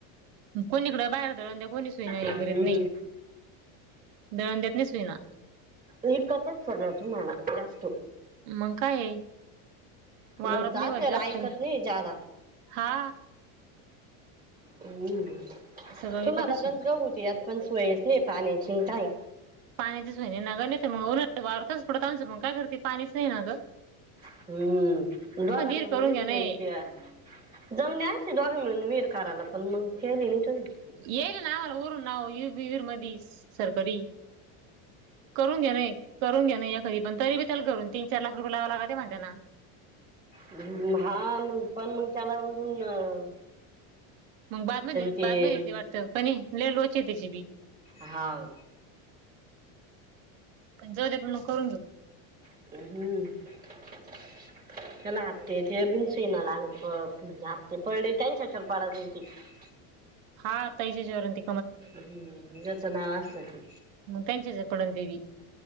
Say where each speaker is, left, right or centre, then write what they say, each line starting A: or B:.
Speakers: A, on the right; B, on the right.
A: कोणीकडे बाहेर दळण द्या कोणी सुईना हे
B: हम्म
A: करीत नाही दळण देत नाही सुई ना
B: इकतच सगळं तुम्हाला जास्
A: मंग काय ये वावरत
B: घरचं
A: नाही
B: असेल
A: व जास्त
B: ऐकत नाही जादा
A: हा
B: हम्म
A: सगळं
B: तुम्हाला
A: विकतच
B: गंगा
A: आहे
B: होती यात पण सोयच नाय पाण्याचीनी काय
A: पाण्याचीच सोय नाय नगं नी त मग वारताच पडत आसन मंग काय करते पाणीच नाय ना गं
B: हम्म बघा नं
A: विहीर करून
B: नायत
A: घ्या नाही
B: मंग त्या जमणी असती दोघांमिळून विहीर कराला पण मंग त्यानीं इंटनं
A: येईल नावावर वरून नावावर येईल बी विहीर मधीच सरकरी करून घ्या नाय करून घ्या नाय एक नाही तरी बी त्याला घरून तीन चार लाख रुपये लावाव लागतय म्हणत ना
B: हम्म हा मंग पण मंग त्याला अजून नं
A: मग बादम येत
B: ते
A: बादम येते वाटतं पण लइ लोचे आहेत त्याची बी.
B: हाव
A: पण जाऊ दे मग करून घेऊ.
B: <unintelligible> <unintelligible>
A: हा ताईच्या ह्याच्यावर अन ती
B: हम्म, ज्याचं नाव असलं की
A: मग त्यांच्या हेच्यात पडन ते बी.